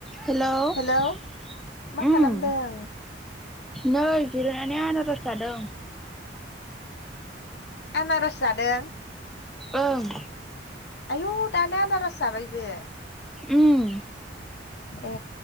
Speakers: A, in the centre; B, on the left (about 65°).
A: हेल' ओम
B: hello मा खालामदों
A: नै जिरायनानै आनारस जादों।
B: आनारज जादों
A: ओं
B: आयु दानो आनारस जाबायबो।
A: उम
B: ए